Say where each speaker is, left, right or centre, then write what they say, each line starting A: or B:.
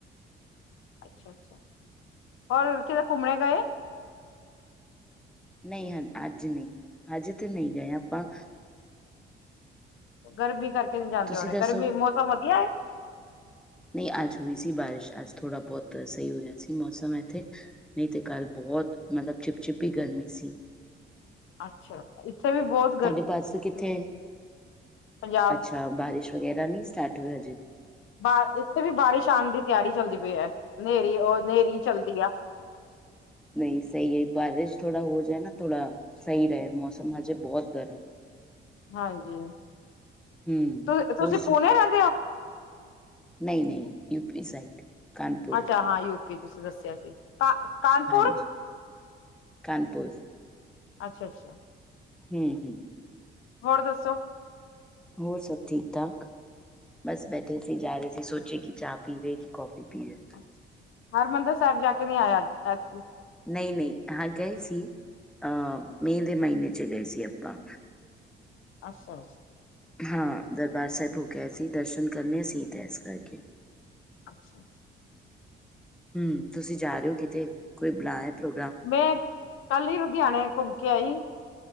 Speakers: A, on the left; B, in the centre.
A: ਅੱਛਾ ਅੱਛਾ, ਹੋਰ ਕਿਤੇ ਕੁਮਨ ਗਏ।
B: ਨਹੀਂ ਅੱਜ ਨਹੀਂ, ਅੱਜ ਤੇ ਨਹੀਂ ਗਏ ਆਪਾਂ-
A: ਗਰਮੀ ਕਰਕੇ ਨੀ ਜਾਂਦੇ
B: ਤੁਸੀਂ
A: ਹੋਣੇ,
B: ਦੱਸੋ?
A: ਗਰਮੀ ਮੌਸਮ ਵਧੀਆ।
B: ਨਈ ਅੱਜ ਹੋਈ ਸੀ ਬਾਰਿਸ਼, ਅੱਜ ਥੋੜਾ ਬਹੁਤ ਸਹੀ ਹੋਇਆ ਸੀ। ਮੌਸਮ ਇੱਥੇ ਨਹੀਂ ਤਾਂ ਕੱਲ੍ਹ ਬਹੁਤ, ਮਤਲਬ ਚਿੱਪ ਚਿਪੀ ਹੀ ਗਰਮੀ ਸੀ।
A: ਅੱਛਾ, ਇੱਥੇ ਵੀ ਬੋਤ
B: ਤੁਾਡੇ ਪਾਸੇ ਕਿੱਥੇ
A: ਪੰਜਾਬ
B: ਅੱਛਾ, ਬਾਰਿਸ਼ ਵਗੈਰਾ ਨੀਂ ਸਟਾਰਟ ਹੋਈ ਹਜੇ
A: ਬਾਰ, ਇੱਥੇ ਵੀ ਬਾਰਿਸ਼ ਆਂਦੀ। ਤਿਆਰੀ ਚੱਲਦੀ ਪਈ ਹੈ, ਨੇਰੀ ਉਹ ਨੇਰੀ ਚੱਲਦੀ ਆ।
B: ਨਹੀਂ ਸਹੀ ਹੈ ਬਾਰਿਸ਼ ਥੋੜਾ ਹੋ ਜਾਏ ਨਾ ਥੋੜਾ, ਸਹੀ ਰਹੇ ਮੌਸਮ ਹਜੇ ਬਹੁਤ ਗਰਮੀ।
A: ਹਾਂਜੀ,
B: ਹੂੰ
A: ਤੁ ਤੁਸੀਂ
B: ਹੋਰ
A: ਪੂਨੇ ਰਹਿੰਦੇ ਹੋ?
B: ਨਈ ਨਈ, ਯੂਪੀ ਸਾਈਡ ਕਾਨਪੁਰ
A: ਅੱਛਾ, ਹਾਂ ਯੂਪੀ ਤੁਸੀਂ ਦੱਸਿਆ ਸੀ। ਕ ਕਾਨਪੁਰ,
B: ਹਾਂਜੀ ਕਾਨਪੁਰ
A: ਅੱਛਾ ਅੱਛਾ।
B: ਹਮ ਹਮ
A: ਹੋਰ ਦੱਸੋ।
B: ਹੋਰ ਸਭ ਠੀਕ-ਠਾਕ। ਬਸ ਬੈਠੇ ਸੀ, ਜਾ ਰੇ ਸੀ, ਸੋਚੇ ਕਿ ਚਾਹ ਪੀਵੇ ਕਿ ਕੌਫੀ ਪੀਵੇ।
A: ਅੱਛਾ, ਹਰਿਮੰਦਿਰ ਸਾਹਿਬ ਜਾ ਕੇ ਨੀ ਆਇਆ ਇਤਕੀ।
B: ਨਈ ਨਈ ਹਾਂ, ਗਏ ਸੀ, ਅ ਮਾਈ ਦੇ ਮਹੀਨੇ ਵਿਚ ਗਏ ਸੀ ਆਪਾਂ।
A: ਅੱ ਅ
B: ਹਾਂ, ਦਰਬਾਰ ਸਾਹਿਬ ਹੋ ਗਿਆ ਸੀ, ਦਰਸ਼ਨ ਕਰਨੇ ਸੀ, ਇਸ ਕਰਕੇ।
A: ਅੱਛਾ ਜੀ।
B: ਹਮ, ਤੁਸੀਂ ਜਾ ਰਹੇ ਹੋ ਕਿਤੇ, ਕੋਈ ਬੁਣਾਆ ਪ੍ਰੋਗਰਾਮ।
A: ਮੈਂ ਕੱਲ ਹੀ ਲੁਧਿਆਣੇ ਘੁੰਮ ਕੇ ਆਈ,